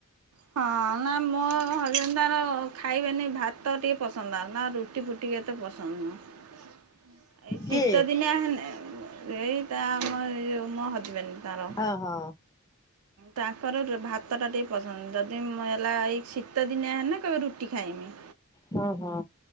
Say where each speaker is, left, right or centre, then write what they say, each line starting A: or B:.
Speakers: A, on the right; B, on the left.
A: ହଁ ନା ମୁଁ ହଁ ହଜନ୍ ତାର ଖାଇବେନି ଭାତ ତ ଟିକେ ପସନ୍ଦ ଆ ନା ରୁଟି ଫୁଟି ଏତେ ପସନ୍ଦ ନୁହେଁ। <inaudible> ଏଇ ଶୀତ
B: କି
A: ଦିନିଆ ହେଲେ ଏଇ ତା ଆମ ଏହି ଯୋଗ ମୋ ହଜ୍‌ବେଣ୍ଡ୍ ତାର
B: ହଁ।
A: ତାଙ୍କର ଭାତ ଟା ଟିକେ ପସନ୍ଦ ଯଦି ମ ହେଲା ଏଇ ଶୀ ଶୀତ ଦିନ ଆ ହେଲେ କହିବେ ରୁଟି ଖାଇବି।
B: ହଁ ହଁ।